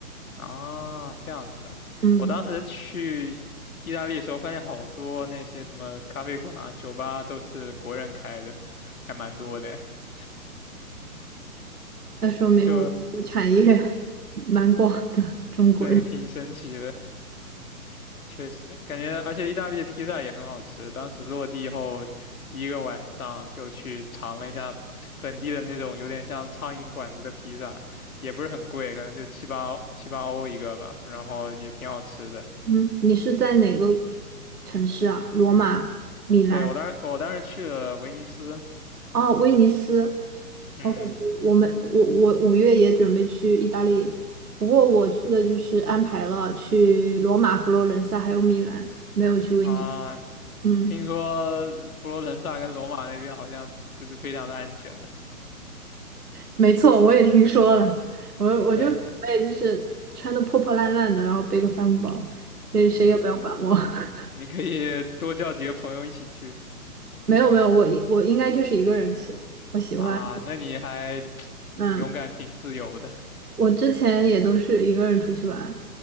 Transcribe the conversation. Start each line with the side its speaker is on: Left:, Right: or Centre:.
Left: 啊，这样子啊！
Right: 嗯。
Left: 我当时去意大利的时候，发现好多那些什么咖啡馆啊、酒吧啊都是国人开的，还蛮多的，<laughs>
Right: 那说明我们的产业
Left: 就
Right: <laughs> 蛮广的，中国人。
Left: 对，挺神奇的。确实，感觉而且意大利的披萨也很好吃。当时落地后第一个晚上就去尝了一下本地的那种有点像苍蝇馆子的披萨，也不是很贵，可能就七八七八欧一个吧，然后也挺好吃的。
Right: 嗯，你是在哪个城市啊？罗马、米兰？
Left: 对，我当时我当时去了威尼斯。
Right: 哦，威尼斯。
Left: 嗯
Right: 好恐怖！我们我我五月也准备去意大利，不过我去的就是安排了去罗马、佛罗伦萨还有米兰，没有去威尼斯。
Left: 啊，
Right: 嗯，
Left: 听说佛罗伦萨跟罗马那边好像不是非常的安全的。
Right: 没错，我也听说了。我我就准备就是穿的破破烂烂的，
Left: 对，
Right: 然后背个帆布包，谁谁也不要管我。
Left: 嗯，
Right: <laughs>
Left: 你可以多叫几个朋友一起去
Right: 没有没有，我应我应该就是一个人去，我喜欢。
Left: 啊，那你还 <tsk>
Right: 嗯，
Left: 挺勇敢、挺自由的
Right: 我之前也都是一个人出去玩。